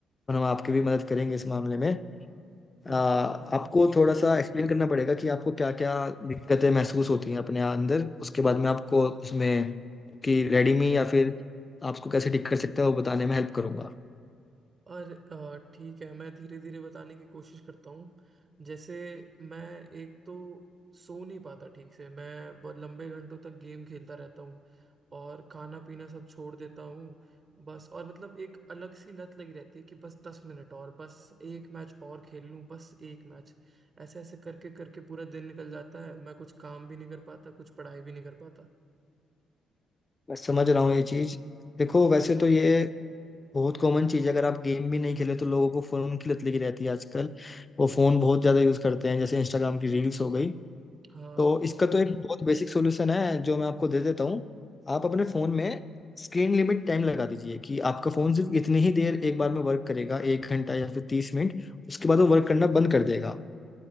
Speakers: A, on the left; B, on the right.
A: और हम आपकी भी मदद करेंगे इस मामले में
B: ठीक
A: आ, आपको
B: ठीक है
A: थोड़ा सा एक्सप्लेन करना पड़ेगा कि आपको क्या क्या दिक्कतें महसूस होती हैं अपने अंदर उसके बाद में आपको उसमें कि रेडीमी या फिर आपको कैसे ठीक कर सकते हैं वो बताने में हेल्प करूंगा
B: और अ, ठीक है मैं धीरे धीरे बताने की कोशिश करता हूँ जैसे मैं एक तो सो नहीं पाता ठीक से मैं बहुत लंबे घंटों तक गेम खेलता रहता हूँ और खाना पीना सब छोड़ देता हूँ बस और मतलब एक अलग सी लत लगी रहती है कि बस दस मिनट और बस एक मैच और खेल लूँ बस एक मैच ऐसे ऐसे करके करके पूरा दिन निकल जाता है मैं कुछ काम भी नहीं कर पाता कुछ पढ़ाई भी नहीं कर पाता
A: मैं समझ रहा हूँ ये चीज़ देखो वैसे तो ये बहुत कॉमन चीज़ है अगर आप गेम भी नहीं खेले तो लोगों को फोन की लत लगी रहती है आजकल वो फोन बहुत ज्यादा यूज करते हैं जैसे इंस्टाग्राम की रील्स हो गई
B: हाँ
A: तो इसका तो एक बहुत बेसिक सोल्यूशन है जो मैं आपको दे देता हूँ आप अपने फोन में स्क्रीन लिमिट टाइम लगा दीजिए कि आपका फोन सिर्फ इतनी ही देर एक बार में वर्क करेगा एक घंटा या फिर तीस मिनट उसके बाद वो वर्क करना बंद कर देगा